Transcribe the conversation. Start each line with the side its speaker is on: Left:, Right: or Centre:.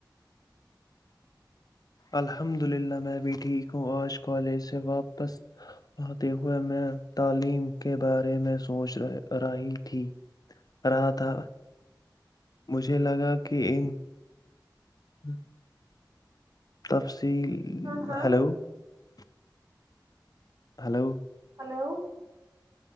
Left: الحمد للہ میں بھی ٹھیک ہوں آج کالج سے واپس آتے ہوئے میں تعلیم کے بارے میں سوچ رہی تھی <unintelligible> رہا تھا مجھے لگا کہ ان <unintelligible> ہاں <inaudible> <unintelligible> تب سے <inaudible> <unintelligible> جی
Right: ہاں ہاں
Left: hello <unintelligible> hello <unintelligible>
Right: ہیلو <unintelligible>